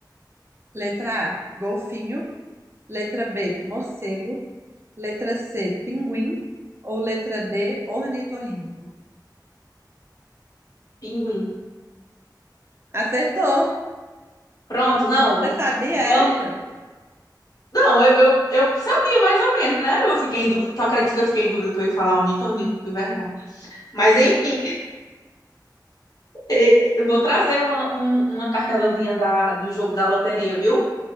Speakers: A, on the right; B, on the left.
A: Letra A, golfinho. Letra B, morcego. Letra C, pinguim. Ou letra D, ornitorrinco.
B: pinguim.
A: Acertou!
B: Pronto, não,
A: Você sabia
B: vamos.
A: essa?
B: Não, eu, eu, eu sabia mais ou menos, né? Eu fiquei em dúvida, tu acredita que eu fiquei em dúvida que eu ia falar ornitorrinco, que vergonha. Mas enfim, eh, eu vou trazer uma, um- uma cartelazinha da, do jogo da loteria, viu?